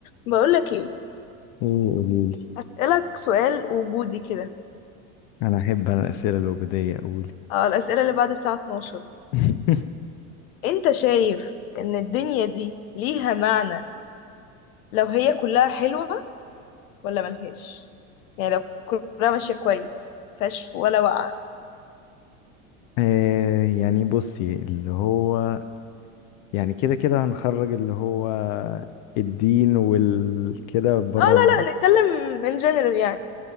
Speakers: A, on the left; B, on the left.
A: بقولك ايه
B: ايه قوليلي
A: هسألك سؤال وجودي كده
B: انا احب انا الاسئله الوجوديه قولي
A: اه الأسئلة اللي بعد الساعة 12 دي
B: <laughs>
A: انت شايف ان الدنيا دي ليها معنى لو هي كلها حلوة ولا ملهاش يعني لو كلها ماشية كويس مفيهاش ولا وقعة
B: آه يعني بصي اللي هو يعني كده كده هنخرج اللي هو الدين والكده بره
A: اه لا لا نتكلم in general يعني